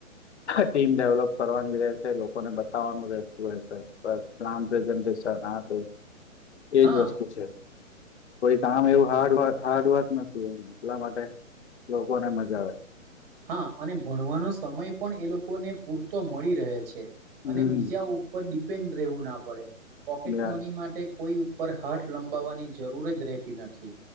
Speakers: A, on the left; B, on the right.
A: ટીમ ડેવલોપ કરવાની રહેશે લોકોને બતાવવાનું રહેતું રહેશે બસ્. આપે એજ
B: હા
A: વસ્તુ છે. કોઈ કામ એવું હાર્ડ હાર્ડવર્ક નથી એ એટલા માટે લોકોને મજા આવે.
B: હા અને ભણવાનો સમય પણ એ લોકોને પૂરતો મળી રહે છે.
A: હમ
B: અને બીજા ઉપર ડિપેન્ડ રહેવું ના પડે પોકેટ
A: યસ
B: મની માટે કોઈ. ઉપ હાથ લંબાવવાની જરૂર જ રહેતી નથી.